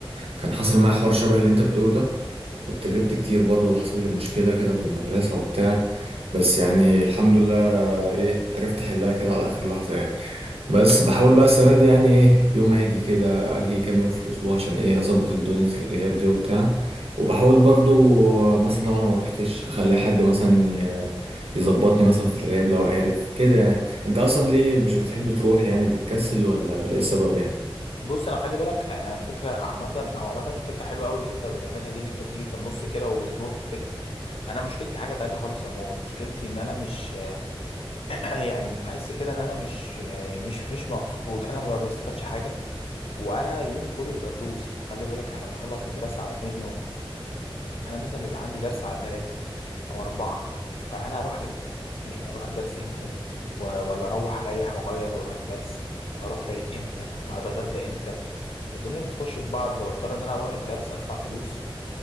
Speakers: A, on the right; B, on the left.
A: كان حصل معايا حوار شبه اللي انت بتقوله ده كنت غبت كتير برضو وحصل لي مشكله كده في المدرسه وبتاع بس يعني الحمد لله ايه عرفت احلها كده على اخر لحظه يعني بس بحاول بقى السنة دي يعني ايه يوم هاجي كده اجي كام يوم في الاسبوع عشان ايه اظبط الدنيا الغياب دي وبتاع وبحاول برضو مثلا لو انا ما روحتش اخلي حد مثلا ي- يظبطني مثلا في الغياب لو عارف كده يعني انت اصلا ليه مش بتحب تروح يعني بتكسل ولا ولا ايه السبب يعني
B: بص انا خلي بالك آه، فكره عامه او عامه فكره حلوه قوي اللي انت بتعملها دي ان انت بتيجي في النص كده وبتروح وكده انا مشكلتي حاجه تانية خالص يا مو مشكلتي ان انا مش <clears throat> يعني بحس كده ان انا مش يعني مش مش مبسوط انا ما بستفادش حاجه وانا يومي كله بيبقى دروس يعني خلي بالك احنا بنخلص مدرسه على اتنين اتنين ونص انا مثلا بيبقى عندي درس على ثلاثة او أربعة فانا اروح امتى يعني اروح الدرس امتى و- ولا اروح اريح واغير واروح الدرس واروح فايق امتى وهتغدى امتى الدنيا بتخش في بعض فبضطر ان انا اروح الدرس ادفع فلوس